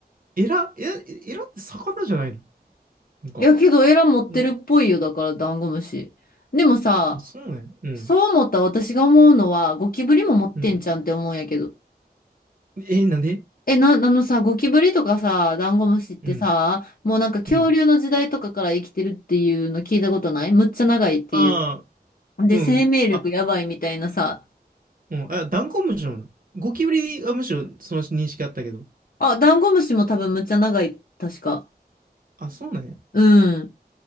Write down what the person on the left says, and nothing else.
いやけど、エラ持ってるっぽいよ。
だから、ダンゴムシ。でもさ、
そう思った私が思うのは、ゴキブリも持ってんじゃんって思うんやけど。
え、な、あのさ、ゴキブリとかさ、ダンゴムシってさ、
もうなんか恐竜の時代とかから生きてるっていうの聞いたことないむっちゃ長いってい
う。で、
生命力やばいみたいなさ。
あ、ダンゴムシも多分むっちゃ長い。確か。
うん。